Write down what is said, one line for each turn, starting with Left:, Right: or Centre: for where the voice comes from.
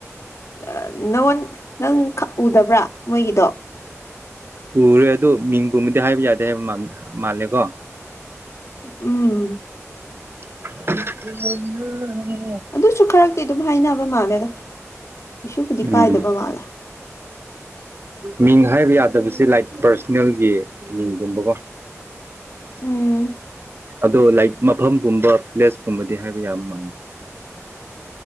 Left: ꯑ ꯅꯪꯉꯣꯟ ꯅꯪ ꯈꯛ ꯎꯗꯕ꯭ꯔꯥ ꯃꯣꯏꯒꯤꯗꯣ
Right: ꯎꯔꯦ ꯑꯗꯨ ꯃꯤꯡꯒꯨꯝꯕꯗꯤ ꯍꯥꯏꯕ ꯌꯥꯗꯦ ꯍꯥꯏꯕ ꯃꯥꯜ ꯃꯥꯜꯂꯦꯀꯣ
Left: ꯎꯝ
Right: <inaudible>
Left: ꯑꯗꯨꯁꯨ ꯈꯔꯛꯇꯤ ꯑꯗꯨꯝ ꯍꯥꯏꯅꯕ ꯃꯥꯜꯂꯦꯗ ꯀꯩꯁꯨꯕꯨꯗꯤ
Right: ꯎꯝ
Left: ꯀꯥꯏꯗꯕ ꯃꯥꯜꯂꯦ
Right: ꯃꯤꯡ ꯍꯥꯏꯕ ꯌꯥꯗꯕꯁꯦ ꯂꯥꯏꯛ ꯄꯥꯔꯁꯅꯦꯜꯒꯤ ꯃꯤꯡꯒꯨꯝꯕꯀꯣ
Left: ꯎꯝ
Right: ꯑꯗꯣ ꯂꯥꯏꯛ ꯃꯐꯝꯒꯨꯝꯕ ꯄ꯭ꯂꯦꯁꯀꯨꯝꯕꯗꯤ ꯍꯥꯏꯕ ꯌꯥꯕ ꯃꯥꯥꯟꯂꯦ